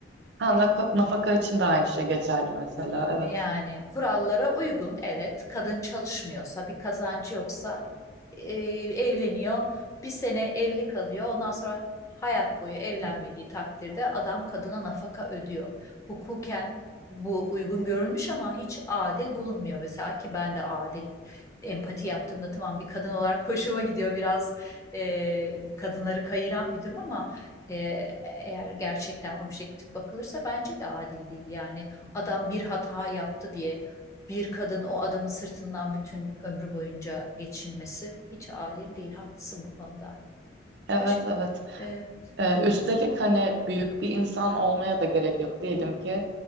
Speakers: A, on the right; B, on the left.
A: Ha, naka- nafaka için de aynı şey geçerli mesela. Evet.
B: Yani kurallara uygun evet kadın çalışmıyorsa bir kazancı yoksa e, evleniyor bir sene evli kalıyor ondan sonra hayat boyu evlenmediği
A: Hı.
B: takdirde adam kadına nafaka ödüyor. Hukuken bu uygun görülmüş ama hiç adil bulunmuyor mesela ki ben de adil empati yaptığımda tamam bir kadın olarak <laughs> hoşuma gidiyor biraz e, kadınları kayıran bir durum ama e, eğer gerçekten objektif bakılırsa bence de adil değil yani adam bir hata yaptı diye bir kadın o adamın sırtından bütün ömrü boyunca geçinmesi hiç adil değil. Haklısın bu konuda.
A: Evet,
B: Başka?
A: evet.
B: Evet.
A: Ee, üstelik hani büyük bir insan olmaya da gerek yok. Diyelim ki